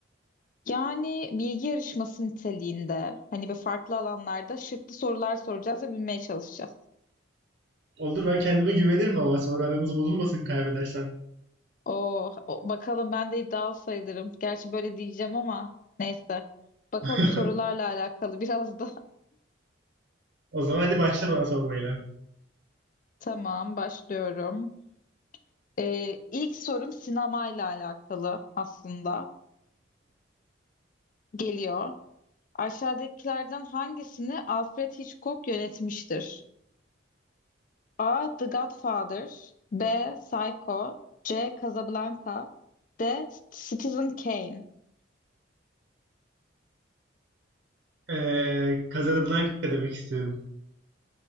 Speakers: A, on the left (about 40°); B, on the right (about 55°).
A: Yani bilgi yarışması niteliğinde hani bir farklı alanlarda şıklı sorular soracağız ve bilmeye çalışacağız.
B: Olur ben kendime güvenirim ama sonra aramız bozulmasın kaybedersen.
A: Oo, o- bakalım ben de iddialı sayılırım. Gerçi böyle diyeceğim ama neyse. Bakalım
B: <laughs>
A: sorularla alakalı biraz da.
B: O zaman hadi başla bana sormayla.
A: <laughs> Tamam başlıyorum. Ee, ilk sorum sinemayla alakalı aslında. Geliyor. Aşağıdakilerden hangisini Alfred Hitchcock yönetmiştir? A. The Godfather B. Psycho C. Casablanca D. Citizen Kane
B: Ee, Casablanca demek istiyorum.